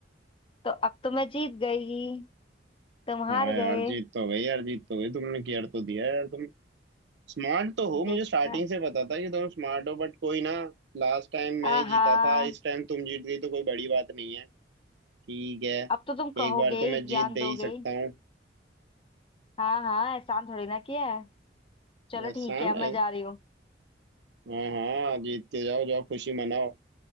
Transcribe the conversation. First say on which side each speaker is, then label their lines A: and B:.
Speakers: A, on the left; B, on the right.
A: तो अब तो मैं जीत गई तुम हार
B: हाँ यार
A: गए
B: जीत तो गई यार जीत तो गई तुमने किया तो दिया यार तुमने स्मार्ट तो हो
A: देखा
B: मुझे स्टार्टिंग से पता था कि दोनों स्मार्ट हो बट कोई ना लास्ट टाइम
A: आहा
B: मैं ही जीता था इस टाइम तुम जीत गई तो कोई बड़ी बात नहीं है ठीक है
A: अब तो तुम कहोगे
B: एक बार तो
A: ही,
B: मैं जीत
A: ज्ञान
B: दे
A: दोगे
B: ही सकता
A: ही।
B: हूँ
A: हाँ हाँ एहसान थोड़ी ना किया है चलो
B: एहसान
A: ठीक है अब मैं
B: एह-
A: जा रही हूँ
B: हाँ हाँ जीत के जाओ जाओ खुशी मनाओ